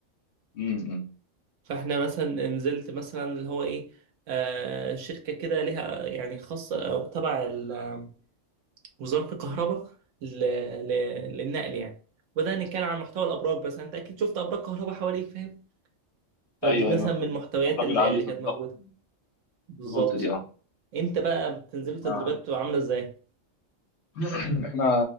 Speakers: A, on the left; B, on the right.
A: امم
B: فإحنا مثلا نزلت مثلا اللي هو إيه آه شركة كده لها يعني خاصة أو تبع ال- وزارة الكهرباء ل- ل- للنقل يعني بدأنا نتكلم عن محتوى الأبراج بس أنت أكيد شفت أبراج كهرباء حواليك فاهم فدي
A: ايوه
B: مثلا
A: ايوه
B: من
A: فاهم.
B: المحتويات
A: طب راجل
B: اللي,
A: عالي
B: اللي
A: في
B: كانت
A: الضغط
B: موجودة بالظبط
A: فولت دي اه
B: انت بقى بتنزلوا تدريبات
A: ما-
B: بتبقى عاملة ازاي
A: <clears throat> احنا